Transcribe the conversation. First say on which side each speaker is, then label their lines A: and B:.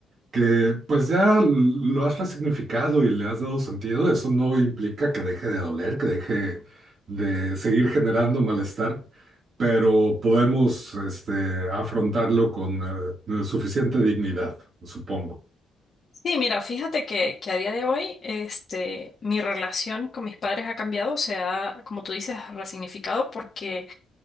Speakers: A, on the right; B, on the left.
A: que pues ya lo has resignificado y le has dado sentido, eso no implica que deje de doler, que deje de seguir generando malestar, pero podemos este, afrontarlo con eh, suficiente dignidad, supongo.
B: Sí, mira, fíjate que, que a día de hoy, este, mi relación con mis padres ha cambiado, se ha, como tú dices, resignificado porque